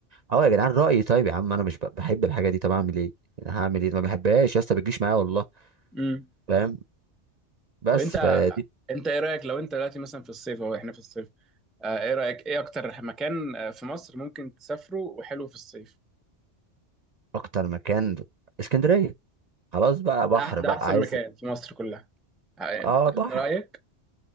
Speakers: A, on the right (about 45°); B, in the centre.
A: أه يا جدعان رأيي طيب يا عم أنا مش ب- بحب الحاجة دي طب أعمل إيه أنا هعمل إيه ما بحبهاش يا اسطى بتجيش معايا والله
B: امم
A: فاهم بس
B: طب انت
A: فدي
B: انت ايه رايك لو انت دلوقتي مثلا في الصيف اهو احنا في الصيف آه ايه رايك ايه اكتر مكان آه، في مصر ممكن تسافره وحلو في الصيف
A: أكتر مكان اسكندرية خلاص بقى بحر
B: ده أح- ده
A: بقى
B: احسن
A: عايز
B: مكان في مصر كلها آه،
A: اه بحر
B: ده رايك